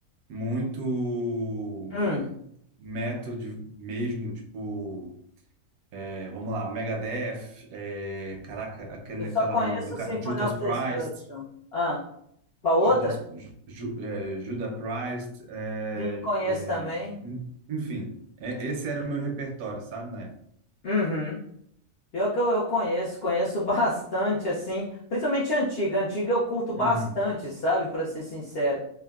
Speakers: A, on the right (about 75°); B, on the left (about 60°).
A: muito
B: Hum,
A: metal de, mesmo, tipo, é, vamos lá, Megadeth, é, caraca, aquele,
B: eu só
A: aquela
B: conheço
A: banda do ca-
B: Symphony
A: Judas
B: of
A: Priest,
B: Destruction. Ah, qual
A: Judas,
B: outra?
A: Ju- eh, Judas Priest, eh,
B: Sim, conheço
A: eh,
B: também.
A: en- enfim, é- esse era o meu repertório, sabe, na época.
B: Uhum. Pior que eu, eu conheço, conheço <laughs> bastante, assim, principalmente antiga. Antiga eu curto bastante,
A: Uhum.
B: sabe, pra ser sincero.